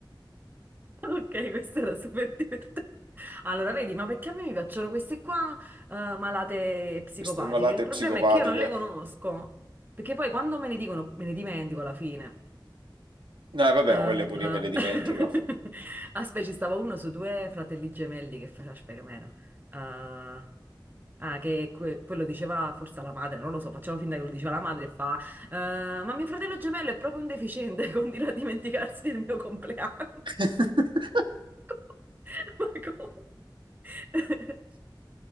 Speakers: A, on the right (about 25°); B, on the right (about 75°).
A: Ok, questa era super divertente. Allora, vedi, ma perché a me mi piacciono queste qua, eh, malate psicopatiche?
B: Queste malate
A: Il problema
B: psicopatiche.
A: è che io non le conosco, perché poi quando me le dicono me ne dimentico alla fine.
B: No, vabbè,
A: Ah,
B: ma quelle pure io me le dimentico.
A: <laughs> Aspetta, ci stava uno su due fratelli gemelli che faceva, aspetta, com'era? Ah, ah, che que- quello diceva forse alla madre, non lo so, facciamo finta che lo diceva la madre e fa, "Ah, ma mio fratello gemello è proprio un deficiente, <laughs> continua a dimenticarsi del mio compleanno.
B: <laughs>
A: <laughs> Ma come? <laughs>